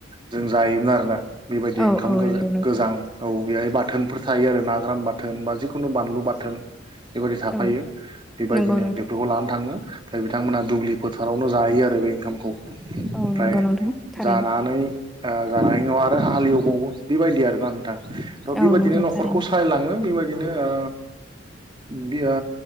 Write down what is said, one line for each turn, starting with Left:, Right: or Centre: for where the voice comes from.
Right: जों जायोमोन आरोना बेबायदि
Centre: औ
Right: ओंखाम
Centre: औ
Right: गोज
Centre: नंगौ नोंथां
Right: गोजां औ बेहाय बाथोन फोर थायो आरो ना ग्रान बाथोन बा जिखुनु बानलु बाथोन बेबायदि थाफायो
Centre: औ
Right: बेबायदिनो
Centre: नंगौ नोंथां
Right: बेफोरखौ लानो थांङो ओमफ्राय बिथांमोना दुब्लि फोथारावनो जायो आरो बे ओंखामखौ। ओमफ्राय
Centre: औ नंगौ नोंथां थारैनो
Right: जानानै ओ जानाय उनाव आरो हालेवबावो बेबायदि आरोना नोंथां थ' बेबायदिनो
Centre: औ नंगौ
Right: न'खरखौ
Centre: थारैनो
Right: सालायलांङो हो बेबायदिनो ओ बिया